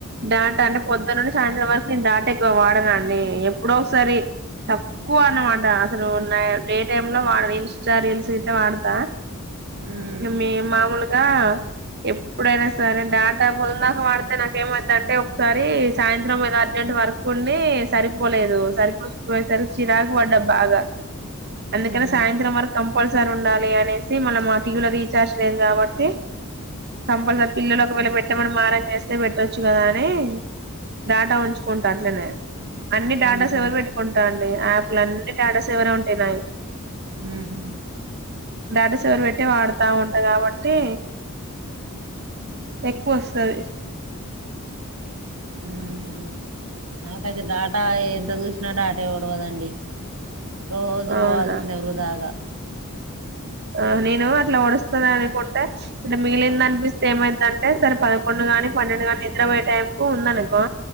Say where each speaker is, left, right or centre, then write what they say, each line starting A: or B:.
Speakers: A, on the right (about 50°); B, on the right (about 75°).
A: డాట అంటే పొద్దునుండి సా సాయంత్రం వరకు నేను డాట ఎక్కువ వాడనండి ఎప్పుడో ఒకసారి తక్కువ అన్నమాట అసలు ఉన్నాయి డే టైమ్ లో వా ఇన్ష్టా రీల్స్ ఇట్ల వాడతా
B: ఉమ్,
A: మీ మామూలుగా ఎప్పుడైనా సరే డాటా పొద్దన్దాక వాడితే నాకేమైద్దంటే ఒకసారి సాయంత్రం ఏదో అర్జెంట్ వర్క్ ఉండి సరిపోలేదు సరిపోకపోయేసరికి చిరాకు పడ్డా బాగా అందుకనే
B: ఉమ్.
A: సాయంత్రం వరకు కంపల్సరి సారి ఉండాలి అనేసి మళ్ళ మా టీవీలో రీచార్జ్ లేదు కాబట్టి కంపల్సరీ పిల్లలు ఒకవేళ పెట్టమని మారం చేస్తే పెట్టొచ్చు కదా అని డేటా ఉంచుకుంటా అట్లనే అన్ని
B: హుహు.
A: డేటాస్ ఎవరు పెట్టుకుంటా అండి యాప్లన్నీ డాటా సేవరే ఉంటాయ్ నావి
B: ఉహూ
A: డాటా సేవర్ పెట్టి వాడతా ఉంటా కాబట్టి ఎక్కువొస్తాది
B: హ్మ్. నాకైతే డాటా ఎంత ద నా డాటా యే ఓడవదండి రోజూ
A: అవునా
B: పోవాల్సిందే ఎవరు దాగా
A: ఆ నేను అట్లా వడుస్తుంది అనుకుంటే అంటే మిగిలిందనిపిస్తే ఏమైతుంటే సరే పదకొండు కాని పన్నెండు కాని నిద్రపోయే టైం కు ఉందనుకో